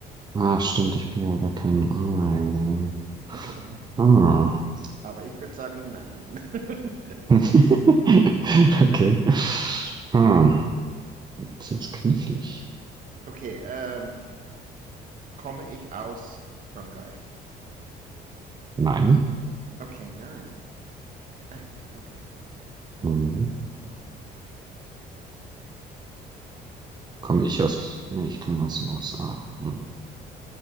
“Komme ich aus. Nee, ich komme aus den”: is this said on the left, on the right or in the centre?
Right